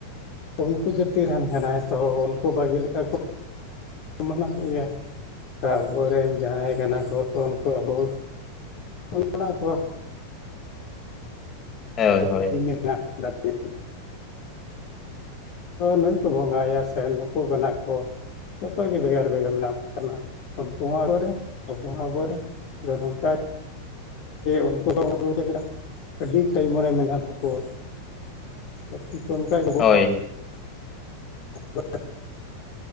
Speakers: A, on the left (about 45°); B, on the left (about 30°).
A: ᱩᱱᱠᱩ ᱡᱟᱹᱛᱤ ᱨᱮᱱ ᱠᱟᱱᱟᱭ ᱛᱚ ᱩᱱᱠᱩ ᱵᱷᱟᱹᱜᱤ ᱞᱮᱠᱟ ᱠᱚ ᱢᱟᱱᱟᱭᱮᱭᱟ ᱟᱵᱚᱨᱮᱱ ᱡᱟᱦᱟᱸᱭ ᱠᱟᱱᱟ ᱠᱚ ᱛᱚ ᱩᱱᱠᱩ ᱟᱵᱚ ᱮᱢᱟ ᱠᱚᱣᱟ
B: ᱦᱳᱭ ᱦᱳᱭ
A: ᱦᱟᱹᱴᱤᱧ ᱢᱮᱱᱟᱜ ᱟᱠᱟᱫᱟ ᱱᱩᱭ ᱠᱚ ᱵᱚᱸᱜᱟᱭᱟ ᱥᱮ ᱱᱩᱠᱩ ᱠᱟᱱᱟ ᱠᱚ ᱡᱚᱛᱚᱜ ᱜᱮ ᱵᱷᱮᱜᱟᱨ ᱵᱷᱮᱜᱟᱨ ᱢᱮᱱᱟᱜ ᱠᱚ ᱠᱟᱱᱟ ᱩᱱᱠᱩ ᱦᱚᱸ ᱟᱵᱚᱨᱮᱱ ᱟᱵᱚ ᱦᱚᱸ ᱟᱵᱚᱨᱮᱱ ᱟᱫᱚ ᱱᱚᱝᱠᱟ ᱩᱱᱠᱩ ᱦᱚᱸ ᱪᱮᱫ ᱞᱮᱠᱟ ᱟᱹᱰᱤ ᱴᱟᱭᱤᱢ ᱨᱮ ᱢᱮᱱᱟᱜ ᱛᱟᱠᱚᱣᱟ ᱛᱚ ᱴᱷᱤᱠ ᱚᱱᱠᱟ ᱜᱮᱵᱚ
B: ᱦᱳᱭ
A: ᱵ